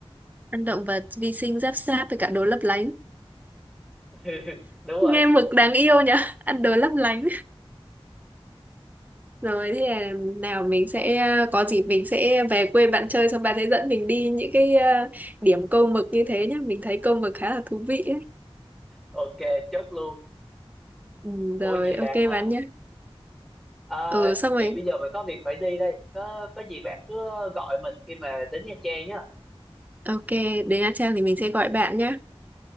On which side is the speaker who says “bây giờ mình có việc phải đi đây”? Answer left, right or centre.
Centre